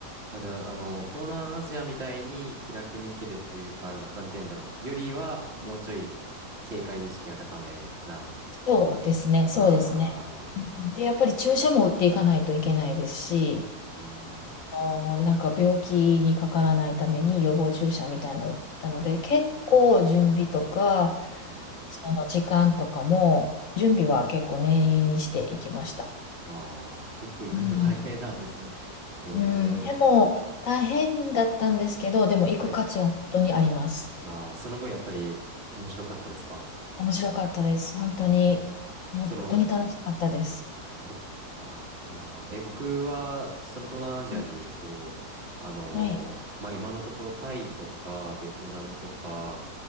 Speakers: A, on the right; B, on the left.
A: あ、じゃあ、あの、東南アジアみたいに気楽に行けるというか、な、なんて言うんだろう。よりは、もうちょい警戒意識が高めな、
B: そうですね、そうですね。
A: ああ、
B: で、やっぱり注射も打っていかないといけないですし、
A: うーん、
B: あーなんか病気にかからないために予防注射みたいなの打ったので、結構準備とか、
A: うん。
B: その時間とかも、準備は結構念入りにしていきました。
A: ああ、結構意外と大変なんですね。
B: うん、
A: <laughs> え
B: うんでも大変だったんですけど、
A: え、
B: でも行く価値は本当にあります。
A: はい。ああ、その分やっぱり面白かったですか
B: 面白かったです。本当に、
A: ああー、
B: 本当に楽しかったです。
A: その、僕、ああ、いいな。え、僕は、その東南アジアで言うと、
B: うん
A: あのーまあ、
B: はい、
A: 今のところタイとか、ベトナムとか、